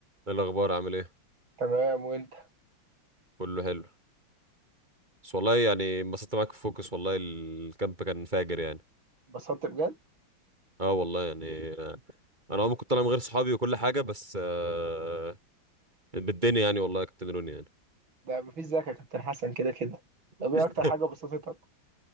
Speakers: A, on the right; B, on the right.
A: ايه الاخبار عامل ايه
B: تمام وانت
A: كله حلو بس والله يعني انبسطت معاك في فوكس والله الكامب كان فاجر يعني
B: اتبسطت بجد
A: اه والله يعني آه، انا عمري كنت طالع من غير صحابي وكل حاجه بس آه بالدنيا يعني والله كنت دنوني يعني
B: ده مفيش زيك يا كابتن حسن كده كده
A: <laughs>
B: طب ايه اكتر حاجه بسطتك